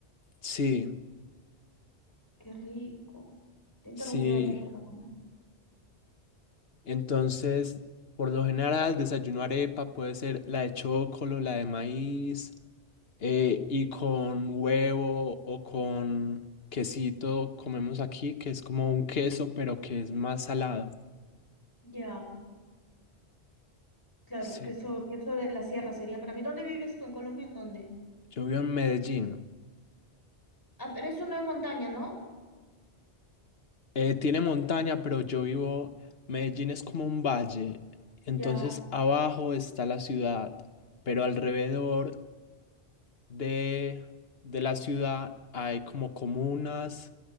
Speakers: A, on the left; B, on the left.
A: Sí,
B: Qué rico. Te he interrumpido
A: sí.
B: antes, perdóname.
A: Entonces, por lo general, desayuno arepa, puede ser la de chocolate, la de maíz. eh, y con huevo o con quesito comemos aquí, que es como un queso, pero que es más salado.
B: Ya, claro,
A: Sí,
B: queso, queso de la sierra sería para mí. ¿Dónde vives tú? ¿En Colombia? ¿En dónde?
A: yo vivo en Medellín.
B: Ah, pero eso no es montaña, ¿no?
A: Eh, tiene montaña, pero yo vivo, Medellín es como un valle, entonces
B: Ya,
A: abajo está la ciudad, pero alrededor de, de la ciudad hay como comunas